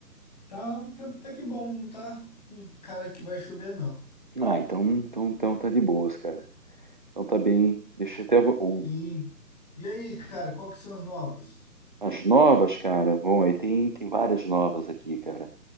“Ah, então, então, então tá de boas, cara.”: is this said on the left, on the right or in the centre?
Right